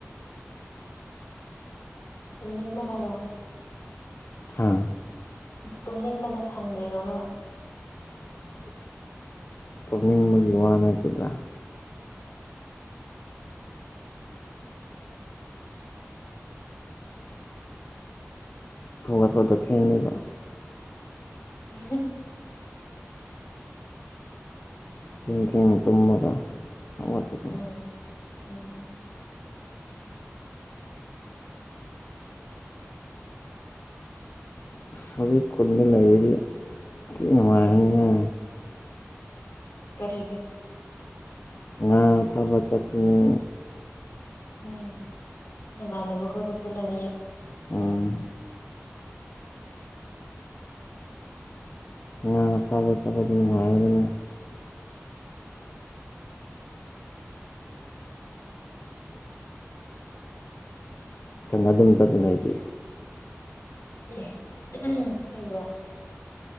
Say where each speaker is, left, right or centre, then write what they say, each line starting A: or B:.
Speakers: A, on the left; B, on the left.
A: ꯇꯨꯝꯅꯤꯡꯕꯅꯔꯣ
B: ꯍꯥ
A: ꯇꯨꯝꯅꯤꯡꯗꯅ ꯁꯪꯗ꯭ꯔꯤꯔꯣꯅꯕ
B: <inaudible> ꯇꯨꯝꯅꯤꯡꯕꯒꯤ ꯋꯥ ꯅꯠꯇꯦꯗ ꯍꯧꯒꯠꯄꯗ ꯊꯦꯡꯉꯤꯕ
A: ꯎꯝ
B: ꯊꯦꯡ ꯊꯦꯡꯅ ꯇꯨꯝꯃꯒ ꯍꯧꯒꯠꯄꯗꯣ
A: ꯎꯝ ꯎꯝ
B: ꯑꯁ ꯍꯧꯖꯤꯛ ꯈꯨꯟꯗ ꯂꯩꯔꯗꯤ ꯊꯤ ꯅꯨꯡꯉꯥꯏꯔꯅꯤꯍꯦ
A: ꯀꯔꯤꯒꯤ
B: ꯉꯥ ꯐꯥꯕ ꯆꯠꯇꯨꯅꯦ
A: ꯎꯝ ꯅꯃꯥꯟꯅꯕ ꯈꯣꯢꯒ ꯄꯨꯜꯂꯅꯤ
B: ꯎꯝ ꯉꯥ ꯐꯥꯕ ꯆꯠꯄꯗꯨ ꯅꯨꯡꯉꯥꯏꯕꯅꯤꯅꯦ ꯏꯊꯟꯗ ꯑꯗꯨꯝ ꯆꯠꯄꯅꯦ ꯑꯩꯗꯤ
A: ꯌꯦ ꯎꯝ ꯍꯩꯕ꯭ꯔꯣ